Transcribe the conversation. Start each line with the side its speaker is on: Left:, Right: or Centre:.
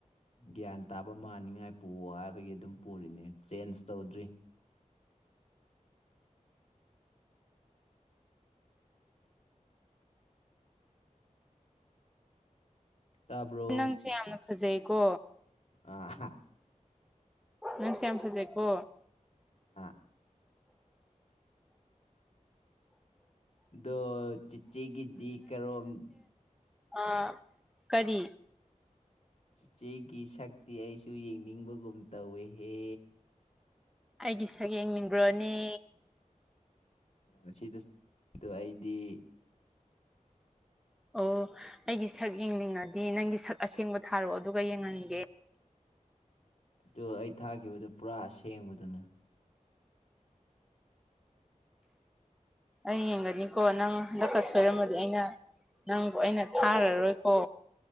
Left: ꯒ꯭ꯌꯥꯟ ꯇꯥꯕ ꯃꯥꯟꯅꯤꯡꯉꯥꯏ ꯄꯨꯑꯣ ꯍꯥꯏꯕꯒꯤ ꯑꯗꯨꯝ ꯄꯨꯔꯤꯅꯦ ꯆꯦꯟꯖ ꯇꯧꯗ꯭ꯔꯤ ꯇꯥꯕ꯭ꯔꯣ
Centre: ꯅꯪꯁꯦ ꯌꯥꯝꯅ ꯐꯖꯩꯀꯣ
Left: ꯑ ꯍꯥ
Centre: ꯅꯪꯁꯦ ꯌꯥꯝ ꯐꯖꯩꯀꯣ
Left: ꯑꯥ ꯗꯣ ꯆꯤꯆꯦꯒꯤꯗꯤ ꯀꯔꯣꯝ
Centre: ꯑꯥ ꯀꯔꯤ
Left: ꯆꯤꯆꯦꯒꯤ ꯁꯛꯇꯤ ꯑꯩꯁꯨ ꯌꯦꯡꯅꯤꯡꯕꯒꯨꯝ ꯇꯧꯌꯦꯍꯦ
Centre: ꯑꯩꯒꯤ ꯁꯛ ꯌꯦꯡꯅꯤꯡꯕ꯭ꯔꯣꯅꯤ
Left: ꯎ ꯁꯤꯗꯁꯨ ꯇꯨ ꯑꯩꯗꯤ
Centre: ꯑꯣ ꯑꯩꯒꯤ ꯁꯛ ꯌꯦꯡꯅꯤꯡꯉꯗꯤ ꯅꯪꯒꯤ ꯁꯛ ꯑꯁꯦꯡꯕ ꯊꯥꯔꯛꯑꯣ ꯑꯗꯨꯒ ꯌꯦꯡꯉꯟꯒꯦ
Left: ꯑꯗꯣ ꯑꯩ ꯊꯥꯈꯤꯕꯗꯨ ꯄꯨꯔꯥ ꯑꯁꯦꯡꯕꯗꯨꯅꯦ
Centre: ꯑꯩ ꯌꯦꯡꯒꯅꯤꯀꯣ ꯅꯪ ꯍꯟꯗꯛꯀ ꯁꯣꯏꯔꯝꯃꯗꯤ ꯑꯩꯅ ꯅꯪꯕꯨ ꯑꯩꯅ ꯊꯥꯔꯔꯣꯏꯀꯣ